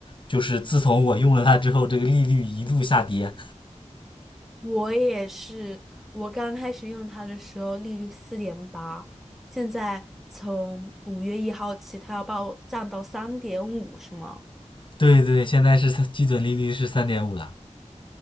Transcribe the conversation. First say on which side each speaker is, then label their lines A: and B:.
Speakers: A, on the left; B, in the centre.
A: 就是自从我用了它之后，这个利率一路下跌，
B: 我也是，我刚开始用它的时候利率四点八，现在从五月一号起，它要把我降到三点五，是吗？
A: 对对，现在是基准利率是三点五了。